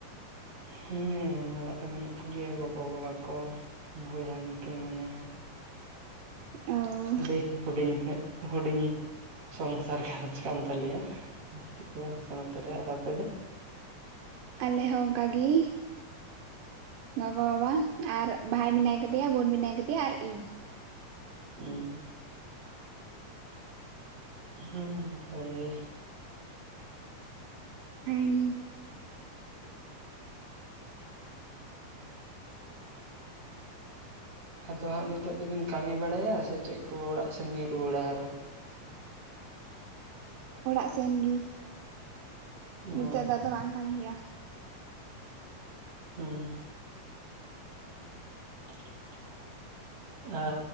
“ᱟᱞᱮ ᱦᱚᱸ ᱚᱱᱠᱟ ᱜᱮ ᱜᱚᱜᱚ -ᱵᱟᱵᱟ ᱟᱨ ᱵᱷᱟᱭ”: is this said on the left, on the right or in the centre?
Right